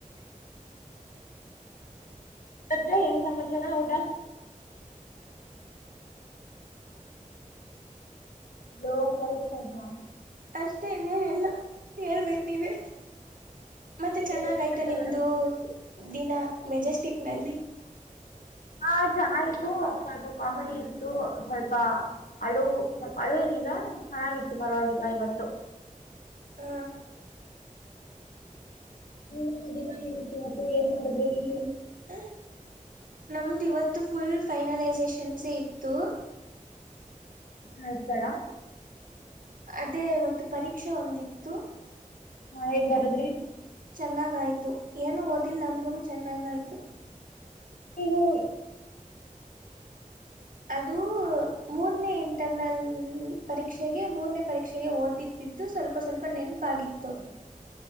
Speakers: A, on the left; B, on the right.
A: ಮತ್ತ ಏನ್ ಸಮಾಚಾರ ಊಟ ನೀ ಕಳ್ದಾ
B: ಅಷ್ಟೇ ಇನ್ನೇನೆಲ್ಲ ಹೇಳ್ಬೇಕ ನೀವೇ ಮತ್ತೆ
A: ಇದೆಯಾ
B: ಚೆನ್ನಾಗ
A: ಏನ್
B: ಆಯ್ತಾ
A: ಮಾಡ್ತಾ
B: ನಿಮ್ದು
A: ಇದ್ದೀರಾ
B: ದಿನ ಮೆಜೆಸ್ಟಿಕ್ನಲ್ಲಿ
A: ಹಾ ಚೆನ್ನಾಗಿತ್ತು ಸ್ವಲ್ಪ ಕಾಮಿಡಿ ಇತ್ತು ಸ್ವಲ್ಪ ಅಳು ಸ್ವಲ್ಪ ಅಳು ಏನಿಲ್ಲ ಹಾಗಿತ್ತು ಪರವಾಗಿಲ್ಲ ಇವತ್ತು ಹೌ
B: ಹ
A: ಹ್ಮ ಅದಿನ ಹೇಳ ಇವತ್ತು ಏನ್ ಮಾಡಿದ್ರೆ ಈ
B: ಹ ನಮ್ದ ಇವತ್ತು ಮತ್ತು ಫುಲ್ ಫೈನಲೈಸೇಷನ್ಸೇ ಇತ್ತು
A: ಹತಡ
B: ಅದೇ ಇವತ್ತು ಪರೀಕ್ಷೆ ಒಂದಿತ್ತು
A: ಹಾ ಹೇಗ್ ಬರದ್ರಿ
B: ಚೆನ್ನಾಗಾಯಿತು ಏನೂ ಓದಿಲ್ಲ ಅಂದ್ರೂ ಚೆನ್ನಾಗಾಯಿತು
A: ನೀವು
B: ಅದು ಮೂರನೇ ಇಂಟರ್ನಲ್ ಪರೀಕ್ಷೆಗೆ ಮೂರನೇ ಪರೀಕ್ಷೆಗೆ ಓದಿದ್ದಿದ್ದು ಸ್ವಲ್ಪ ಸ್ವಲ್ಪ ನೆನಪಾಗಿತ್ತು